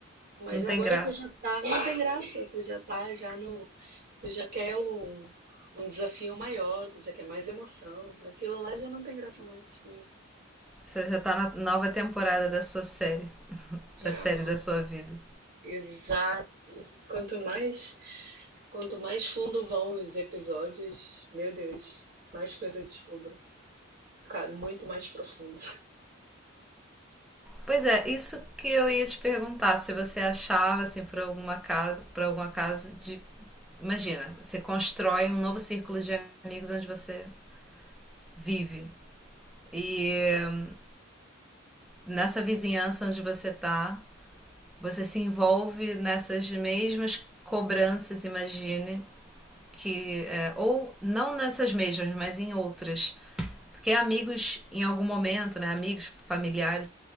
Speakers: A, on the right; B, in the centre.
A: mas
B: não tem
A: agora
B: graça.
A: tu já tá, não tem graça. Tu já tá já no, tu já quer um, um desafio maior, tu já quer mais emoção. Aquilo lá já não tem graça mais. né?
B: Você já está na nova temporada da sua série, <laughs>
A: Já,
B: da série da sua vida.
A: exato. Quanto mais, quanto mais fundo vão os episódios, meu Deus, mais coisa eu descubro. Cara, muito mais profundo.
B: Pois é, isso que eu ia te perguntar, se você achava assim por alguma casa, por algum acaso de imagina, você constrói um novo círculo de amigos onde você vive e hum, nessa vizinhança onde você tá, você se envolve nessas mesmas cobranças, imagine, que é, ou não nessas mesmas, mas em outras, porque amigos em algum momento, né, amigos familiares,